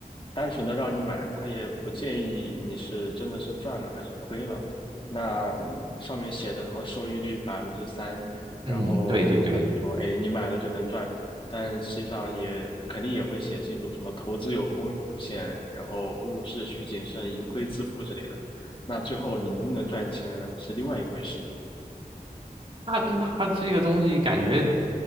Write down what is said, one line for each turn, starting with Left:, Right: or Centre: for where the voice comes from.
Left: 单纯的让你买，他也不建议你是真的是赚了还是亏了。那上面写的什么收益率百分之三，
Right: 嗯，
Left: 然后他就说，
Right: 对对对。
Left: 哎，你买了就能赚，但实际上也肯定也会写清楚什么投资有风险，然后入市需谨慎，盈亏自负之类的。那最后你能不能赚钱是另外一回事。
Right: 那那这个东西感觉